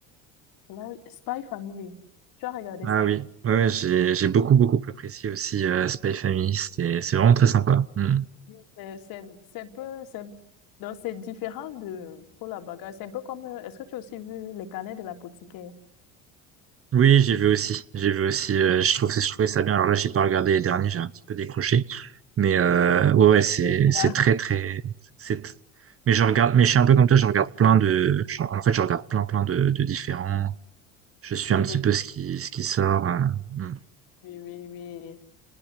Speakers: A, on the left; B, on the right.
A: Larry- Spy Family? Tu as regardé
B: Ah
A: ça?
B: oui, ouais, ouais, j'ai, j'ai beaucoup, beaucoup apprécié aussi euh, Spy Family. C'était, c'est vraiment très sympa. Mm.
A: Oui. C'est c'est- c'est un peu, c'est donc c'est différent de pour la bagarre. C'est un peu comme, euh, est-ce que tu as aussi vu Les Canets de l'apothicaire?
B: Oui, j'ai vu aussi. J'ai vu aussi. euh, je trouve, je trouvais ça bien. Alors là, j'ai pas regardé les derniers, j'ai un petit peu décroché. Mais
A: Oui,
B: euh,
A: oui, moi,
B: ouais, ouais, c'est,
A: j'ai aimé
B: c'est
A: là.
B: très, très, c'est. tr- Mais je regarde. Mais je suis un peu comme toi. Je regarde plein de. je- en fait, je regarde plein, plein de, de différents. Je suis
A: Oui,
B: un petit
A: de-
B: peu ce qui, ce qui sort. euh, mm.
A: oui, oui, oui.